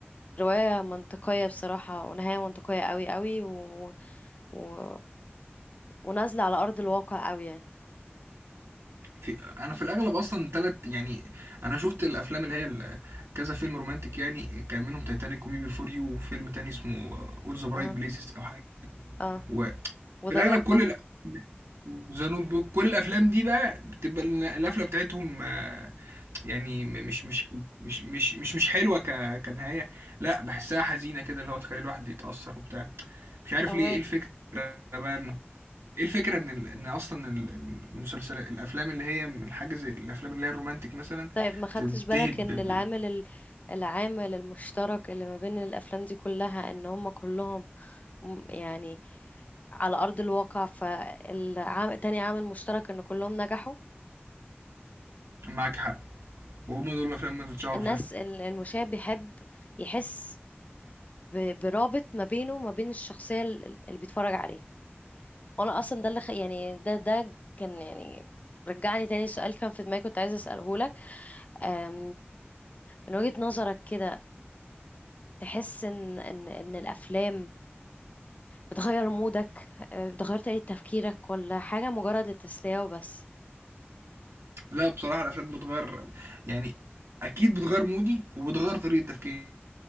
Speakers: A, on the left; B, on the right.
A: رواية منطقية بصراحة ونهاية منطقية قوي قوي و... و... ونازلة على أرض الواقع قوي يعني
B: في انا في الاغلب اصلا تلت يعني انا شفت الافلام اللي هي ال- كذا فيلم رومانتك يعني كان منهم تايتانيك ومي بي فور يو وفيلم تاني اسمه اول ذا برايت
A: اه
B: بليسز او حاجه
A: اه
B: وفي
A: وذا
B: الاغلب
A: نوت
B: كل
A: بوك
B: الافلام ذا نوت بوك كل الافلام دي بقى بتبقى ال- القفله بتاعتهم آه، يعني م- مش مش مش مش مش مش حلوه ك كنهايه لا بحسها حزينه كده اللي هو تخلي الواحد يتاثر وبتاع مش عارف
A: فاهمك
B: ليه ايه الفكره بقى ايه الفكرة ان ال- ان اصلا ال- المسلسلات الافلام اللي هي من حاجة زي الافلام اللي هي الرومانتك مثلا
A: طيب ما خدتش
B: تنتهي
A: بالك
B: ب...
A: ان
B: ب...
A: العامل
B: ب-
A: ال- العامل المشترك اللي ما بين الافلام دي كلها ان هم كلهم م- يعني على ارض الواقع فالعام تاني عامل مشترك ان كلهم نجحوا
B: معاك حق وهم دول الافلام اللي اتشهروا
A: الناس
B: فعلا
A: ال- المشاهد بيحب يحس ب- برابط ما بينه وما بين الشخصية ال- اللي بيتفرج عليها وانا اصلا ده اللي خ... يعني ده ده كان يعني رجعني تاني سؤال كان في دماغي كنت عايزة اسأله أم، من وجهة نظرك كده تحس ان ان ان الافلام بتغير مودك أه، بتغير طريقة تفكيرك ولا حاجة مجرد للتسلية وبس
B: لا بصراحة الافلام بتغير يعني اكيد بتغير مودي وبتغير طريقة تفكيري